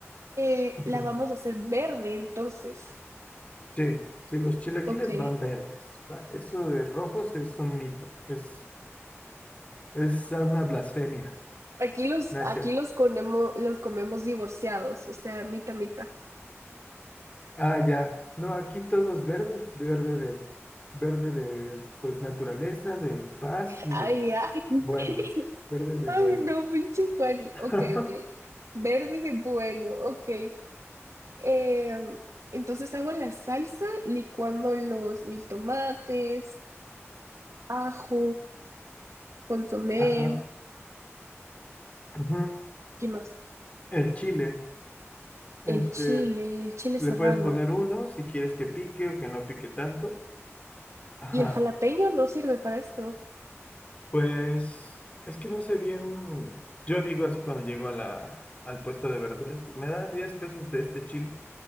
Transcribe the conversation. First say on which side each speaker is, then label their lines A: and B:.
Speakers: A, on the right; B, on the left.
A: eh,
B: ujú.
A: la vamos a hacer verde, entonces,
B: Sí, sí, los chilaquiles
A: ok.
B: van verdes. va, Eso de rojos es un mito, es, es una blasfemia,
A: Aquí los,
B: no es
A: aquí
B: cierto.
A: los comemos, los comemos divorciados, o sea, mitad, mitad.
B: Ah, ya. No, aquí todos verdes, verde de, verde de, pues, naturaleza, de paz y
A: Ay,
B: de
A: ay.
B: buenos,
A: <laughs>
B: verde de
A: Ay,
B: buenos.
A: no, pinche Juani.
B: <laughs>
A: Ok, ok. Verde de bueno, ok. Eh, entonces hago la salsa licuando los mil tomates, ajo, consomé,
B: Ajá. ujú.
A: ¿qué más?
B: El chile. Este,
A: El chile, el chile
B: le
A: serrano.
B: puedes poner uno si quieres que pique o que no pique tanto. Ajá.
A: Y el jalapeño no sirve para esto.
B: Pues es que no sé bien. Yo digo así cuando llego a la, al puesto de verduras, me da 10 pesos de este chile.